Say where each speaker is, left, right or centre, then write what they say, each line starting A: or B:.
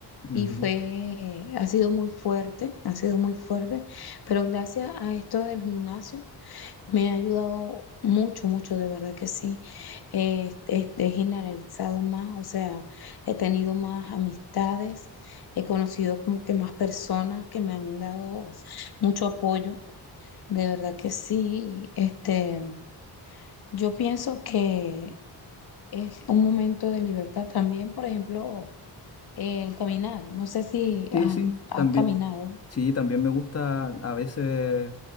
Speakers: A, on the left (about 35°); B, on the left (about 65°).
A: Ujú.
B: y fue, ha sido muy fuerte, ha sido muy fuerte, pero gracias a esto del gimnasio. Me ha ayudado mucho, mucho, de verdad que sí. Eh, he, he generalizado más, o sea, he tenido más amistades, he conocido como que más personas que me han dado mucho apoyo, de verdad que sí. Este, yo pienso que es un momento de libertad también, por ejemplo, el caminar. No sé si
A: Sí,
B: has,
A: sí,
B: has
A: también.
B: caminado.
A: Sí, también me gusta a veces,